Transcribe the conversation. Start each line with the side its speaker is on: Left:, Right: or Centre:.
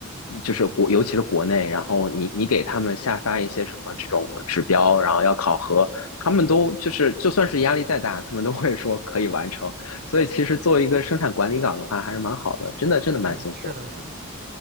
Left: 就是国，尤其是国内，然后你你给他们下发一些什么这种指标，然后要考核，他们都就是就算是压力再大，他们都会说可以完成。所以其实作为一个生产管理岗的话，还是蛮好的，真的真的蛮幸福。
Right: 嗯，是的，是的。